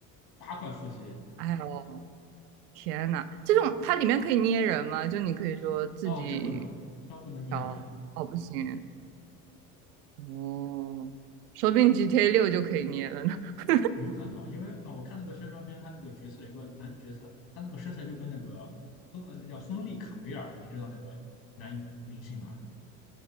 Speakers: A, on the left; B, on the right.
A: 八块腹肌，
B: <laughs> 哎呦。天呐，这种它里面可以捏人吗？就你可以说自己
A: 哦，这不能啊，他不能捏人，
B: 调，哦，不行，
A: 对，
B: 哦，说不定 GTA 六就可以捏了呢。<laughs>
A: 有可能啊，因为啊、我看那个宣传片，他那个角色有个男角色，他那个身材就跟那个亨，呃，那叫亨利卡维尔，你知道那个男明星吗？